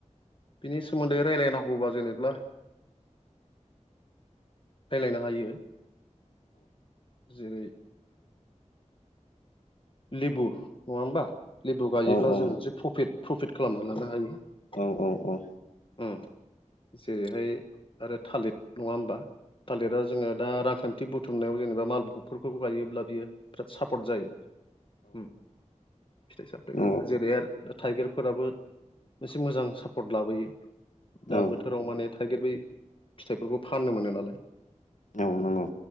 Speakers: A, on the left; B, on the left.
A: बिनि सोमोन्दै रायलायनांगौबा जेनेब्ला रायलायनो हायो जेरै लेबु नङा होमबा लेबु गायोब्ला
B: औ औ
A: जों मोनसे प्रफिट प्रफिट खालामनानै लानो हायो
B: औ औ औ
A: उम जेरैहाय आरो थालिर नङा होमबा थालिरा जोङो दा रांखान्थि बुथुमनायाव जेनेबा मालफबफोरखौ गायोब्ला बियो पट जायो फिथाइ सामथाय गायबा
B: औ
A: जेरै आरो थाइगिरफोराबो मोनसे मोजां सापर्ट लाबोयो दा
B: औ
A: बोथोराव माने थाइगिर बै फिथाइफोरखौ फाननो मोनो नालाय
B: औ नंगौ